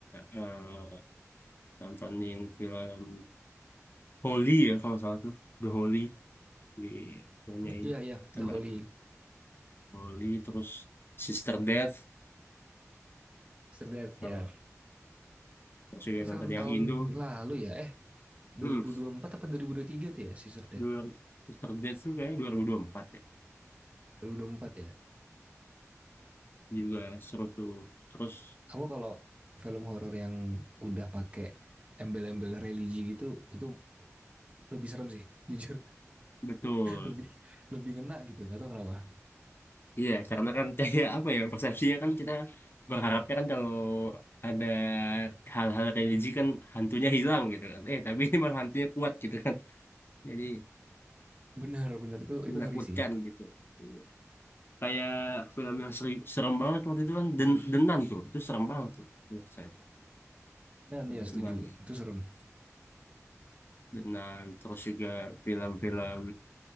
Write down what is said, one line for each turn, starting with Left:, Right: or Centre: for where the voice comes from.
Left: eh, nontonin film Holy ya kalau nggak salah tuh The Holy di filmnya ini
Right: Iya, iya. The
Left: Amerika.
Right: Holy
Left: Holy terus Sister Death
Right: Sister Death,
Left: kalau
Right: ya.
Left: terus juga
Right: Itu
Left: nonton
Right: film
Left: yang
Right: tahun
Left: Indo.
Right: lalu ya? Eh,
Left: Hmm.
Right: 2024 apa 2023 tuh ya Sister Death?
Left: dua Mr. Beast tuh kayaknya 2024 ya
Right: 2024 ya.
Left: juga seru tuh terus
Right: Aku kalau film horor yang udah pakai embel-embel religi gitu itu lebih serem sih <laughs> jujur
Left: betul
Right: lebih lebih ngena gitu nggak tahu kenapa
Left: iya karena kan <laughs> kayak apa ya persepsinya kan kita berharapnya kan kalau ada hal-hal religi kan hantunya hilang gitu kan eh tapi ini malah hantunya kuat gitu kan jadi
Right: benar benar itu
Left: menakutkan
Right: itu ngeri sih
Left: gitu Iya. kayak film yang seri- serem banget waktu itu kan Den Denan tuh itu serem banget tuh menurut saya tuh
Right: dan
Left: Film
Right: ya
Left: Denan
Right: setuju itu serem
Left: Denan terus juga film-film